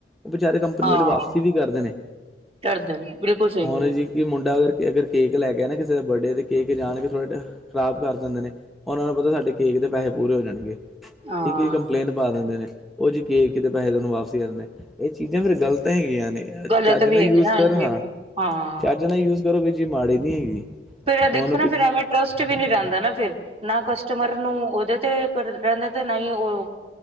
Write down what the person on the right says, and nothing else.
ਹਾਂ।
ਕਰਦੇ ਨੇ ਬਿਲਕੁਲ ਸਹੀ
ਐ
ਹਾਂ-ਹਾਂ
ਗਲਤ
ਵੀ
ਹੈਗੀ
ਨਾ ਹਾਂਜੀ।
ਹਾਂ
ਫੇਰ ਦੇਖੋ
ਨਾ
ਫਿਰ ਐਵੇਂ ਟਰਸਟ ਵੀ ਨੀ ਰਹਿੰਦਾ ਨਾ ਫਿਰ ਨਾ ਕਸਟਮਰ ਨੂੰ ਉਹਦੇ ਤੇ ਰਹਿੰਦਾ ਤੇ ਨਾ ਹੀ ਉਹ